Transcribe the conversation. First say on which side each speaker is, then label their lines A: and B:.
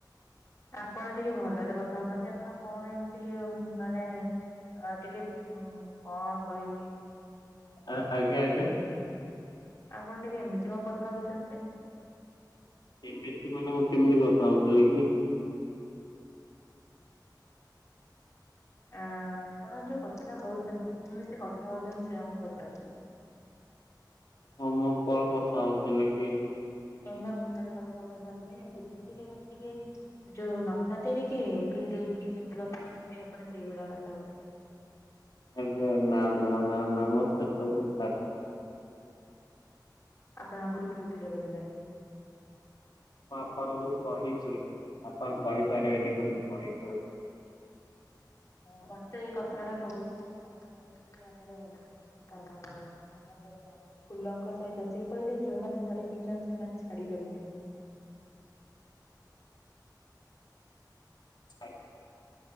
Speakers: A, on the left; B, on the left.
A: ଆପଣ ଟିକେ ଭଲରେ କଥା ହଉନାହାନ୍ତି ଆପଣ କଣ ଏମିତି ମାନେ ଆଉ ଟିକେଁ କଣ କହିବି
B: ଆ ଆଜ୍ଞା ଆଜ୍ଞା।
A: ଆପଣ ଟିକେ ଏମିତି କଣ କଥା ହଉଛନ୍ତି ଯେ
B: ଏମିତି ମାନେ ମୁଁ କେମିତି କଥା ହଉ ଥିଲି କି?
A: ଆ ଆପଣ ଯୋଉ କଥା ହଉଛନ୍ତି କେମିତି କଥା ହଉଛନ୍ତି ସେଇୟା ମୁଁ ପଚାରୁଛି?
B: ହଁ ମୁଁ କଣ କଥା ହଉଥିଲି କି?
A: ଏ <unintelligible> କଥା ହଉଛନ୍ତି ଆପଣ ପୂର୍ବରୁ ଟିକେ ମାନେ ଟିକେ ଯୋଉ ନଥାତିନିକି ଟିକେ ପିଇ ଦେଇକି ଯେମିତି କଥା କ ଆପଣ ସେଇଭଳିଆ କଥା ହଉଥିଲେ।
B: ଆଜ୍ଞା ନା ନା ନା ନା ମୋତ ତ
A: ଆପଣ ଆଗରୁ ପିଉ ଥିଲେ ବଧେ ତାହାଲେ?
B: ମୁଁ ଆପଣଙ୍କୁ କହିଛି ଆପଣ କହିପାରିବେନି ତମେ କହିଛ
A: ହ ମତେ ଏଇ କଥାଟା କହୁଥିଲି ମୁଁ କଥା ହେଉଥିଲି ଆମର ଓହୋ ହୋ କାହା ସହିତ ଫୁଲଙ୍କ ସହିତ ସିଏ କହିଲେ ଯୋଉମାନେ ଥରେ ପିଇଛନ୍ତି ସେମାନେ ଛାଡି ପାରିବେନି।
B: ଛାଡ଼ି